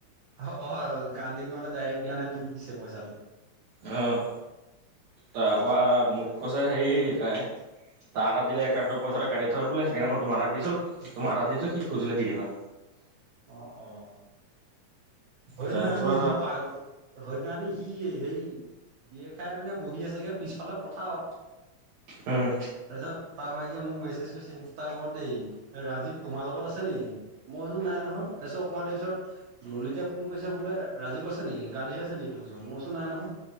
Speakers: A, on the right (about 80°); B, on the right (about 65°).
A: অ অ গান্ধীক মানে ডাইৰেক্ট দিয়ানাই তোক দিছে পইচাটো।
B: অঁ তাৰপৰা মোক কৈছে হেৰি তাই- তাৰ তাত দিলে কাউটৰ পইচাটো কাতি থয় বোলে সেইকাৰণে মই তোমাৰ তাত দিছো তোম তাত দিছো সি খোজিলে দি দিবা।
A: অ অ, হয়
B: তাৰপা
A: নানি সি পা হয় নানি সি সেই, বিয় খাই পিনে বহি আছেগে পিছফালে পথাৰত।
B: উম,
A: তাৰপিছত তাৰ মাইকে মোক মেছেজ কৰিছে ইনষ্টাগ্ৰামত দেই ৰাজীৱ তোমাৰ লগত আছে নেকি। মই বোলো নাই নহয় তাৰপিছত অকণমান দে পিছৰ ললিতে ফোন কৰিছে বোলে ৰাজীৱ আছে নেকি গান্ধী আছে নেকি তোৰ ওচৰত মই কৈচো নাই নহয়।